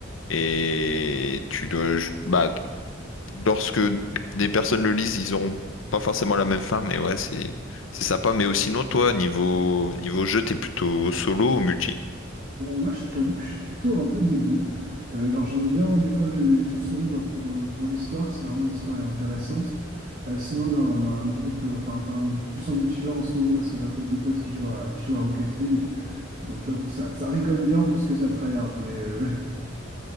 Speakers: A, on the left (about 75°); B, on the right (about 45°).
A: et tu dois, bah lorsque des personnes le lisent, ils auront pas forcément la même fin, mais ouais, c'est c'est sympa. Mais aussi sinon, toi, niveau niveau jeu, t'es plutôt solo ou multi?
B: Euh, moi, je t'avoue que je suis plutôt un peu des deux. Euh, genre, j'aime bien des fois le- les jeux solo bah, pour, euh, pour l'histoire, si vraiment l'histoire est intéressante. Euh, sinon, là, on a un groupe, euh, enfin, j'ai un- plus en multijoueur en ce moment parce que j'ai un groupe de potes qui jouent à, qui jouent à Rocket League. Donc j'avoue que ça, ça rigole bien plus que ça tryhard, mais euh,